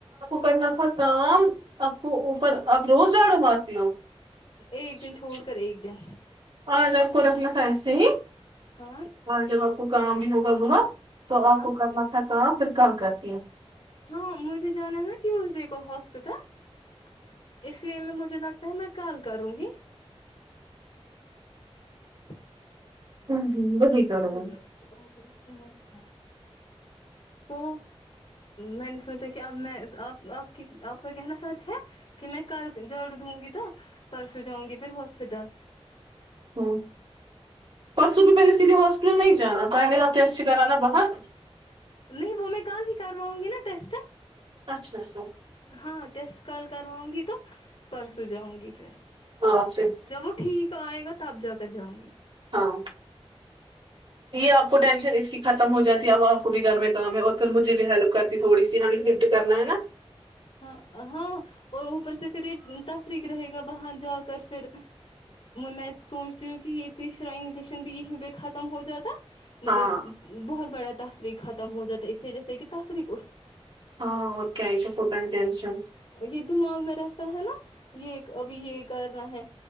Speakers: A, on the right; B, on the left.
A: کرنافع کام ا کو اوپر ا روزڑوں معاف ہو
B: ایک
A: <unintelligible>
B: دن چھوڑ کر ایک دن
A: آ ج آپ کو ر اپنا <unintelligible> ایسے ہی
B: ہاں
A: اور جب آپ کو کام بھی ہوا ببو ہ <unintelligible> تو
B: ہاں
A: آپ کو کرنا خرچ ساں پھر کام کرتے
B: ہاں مجھے جانا ہے ٹیوزڈے کو ہاسپٹل اس اس لیے میں مجھے لگتا ہے میں کال کروں گی ج <inaudible> <unintelligible>
A: ہوں، وہی کرو گے۔
B: جچھا تو میں نے سوچا کہ آپ میںپ آپ کی آپ کا کہنا سچ ہے کہ میں کل جڑ دوں گی تو پرسوں جاؤں گی پھر ہاسپٹل
A: ہ پر سو ر پہلے سیدھے ہواسپٹل نہیں جانا ک ہفتےسٹ کران نا بہت
B: نہیں وہ میں کل ہی کرواؤں گی نا ٹیسٹ
A: اچھا اچھا
B: ہاں ٹیسٹ کال کرواؤں گی تو پرسوں جاؤں گی پھر
A: ہاں پھر
B: جب وہ ٹھیک آئے گا تو تب جا کر جؤں گی
A: ہاں یہ آپ کو ٹینشن اس کی ختم ہو جاتی ہے اب بھی گھر میں کام ہے اتھر مجے بھی ہیلپ کرتی تھوڑی سی گفٹ کرنا ہے نا
B: ہاں ہاں اور اوپر سے پھر یہ تفریق رہے گا وہاں جا کر پھر میں سوچتی ہوں کہ یہ تیسرا انجیکشن بھی یہیں پہ ختم ہو جاتا مجھے
A: ہاں
B: بہت بڑا تخ ختم ہو جاتا ہے اس سے جیسے کہ تفریح
A: ہاں اور کیائی ف جینشن
B: یہ دماغ میں رہتا ہے نا یہ ابھی یہ کرنا ہے